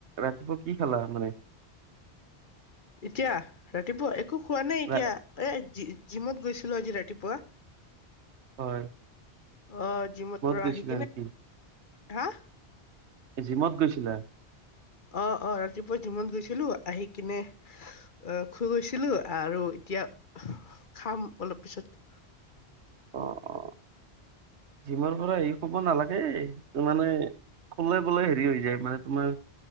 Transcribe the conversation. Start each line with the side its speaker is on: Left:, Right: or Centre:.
Right: ৰাতিপুৱা কি খালা মানে?
Left: এতিয়া ৰাতিপুৱা একো হোৱা নাই এতিয়া
Right: ৰা-
Left: ই জিমত গৈছিলো আজি ৰাতিপুৱা।
Right: হয়
Left: অ জিমত পৰা
Right: গৈছিলা
Left: আহি কিনে,
Right: নেকি
Left: হা?
Right: জিমত গৈছিলা?
Left: অ অ ৰাতিপুৱা জিমত গৈছিলো আহি কিনে আহ খুই গৈছিলো আৰু এতিয়া খাম অলপ পিছত।
Right: অ অ, জিমৰ পৰা আহি শুব নালাগে মানে সুলেনবোলে হেৰি হৈ যায় মানে তোমাৰ